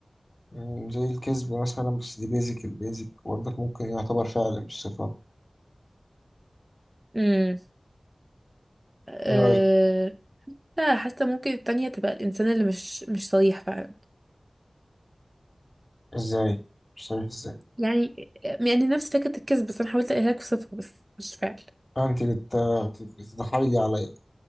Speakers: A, on the left (about 30°); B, on the right (about 25°).
A: مم، زي الكذب مثلا بس دي بيزك البيزك برضك ممكن يعتبر فعلا بالصفة
B: امم أه...
A: ايه رأيك؟
B: لا حاسة ممكن التانية تبقى الإنسان اللي مش مش صريح فعلا
A: ازاي؟ مش عارف ازاي
B: يعني يعني نفس فكرة الكذب بس أنا حاولت أقولها لك بصفة بس مش فعل
A: انت بت- بت- بتتحايلي عليا